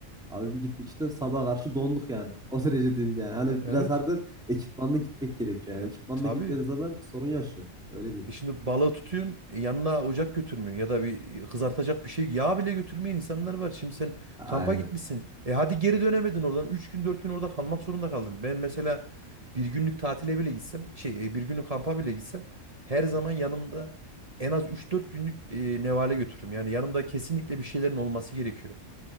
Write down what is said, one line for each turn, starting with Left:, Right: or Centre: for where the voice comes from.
Centre: Abi bir gittik işte sabaha karşı donduk yani. <laughs> O derece diyeyim yani. Hani
Right: evet.
Centre: biraz harbiden ekipmanla gitmek gerekiyor yani.
Right: E,
Centre: Ekipmanla
Right: tabii.
Centre: gitmediği zaman sorun yaşıyorsun. Öyle değil.
Right: E şimdi balığı tutuyorsun, e, yanına ocak götürmüyorsun ya da bir e, kızartacak bir şey, yağ bile götürmeyen insanlar var. Şimdi sen
Centre: Aynen.
Right: kampa gitmişsin. E hadi geri dönemedin oradan. üç gün 4 gün orada kalmak zorunda kaldın. Ben mesela bir günlük tatile bile gitsem, şey e, bir günlük kampa bile gitsem her zaman yanımda en az üç dört günlük e, nevale götürürüm. Yani yanımda kesinlikle bir şeylerin olması gerekiyor.